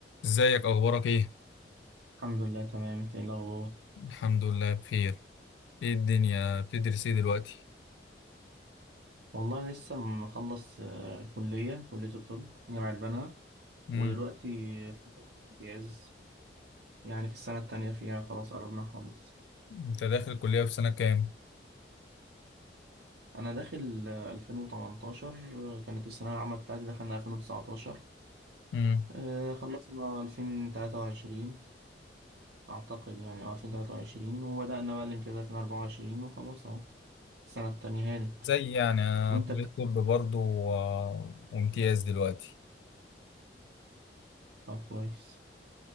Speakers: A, on the left; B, on the right.
A: ازيك اخبارك ايه
B: الحمد لله تمام انت ايه الاخبار
A: الحمد لله بخير ايه الدنيا بتدرس ايه دلوقتي
B: والله لسه مخلص آه، كليه كليه الطب جامعه بنها
A: امم
B: ودلوقتي في امتياز يعني في السنه التانية فيها خلاص قربنا نخلص
A: انت داخل الكليه في سنه كام
B: انا داخل آه، 2018 آه، كانت الثانويه العامه بتاعتي دخلنا 2019
A: امم
B: آه، خلصنا 2023 اعتقد يعني اه 2023 وبدانا بقى الامتياز 2024 وخلاص اهو السنه التانية هانت
A: زي يعني أنا
B: وانت
A: كليه طب برضه و- وامتياز دلوقتي
B: بتاع كويس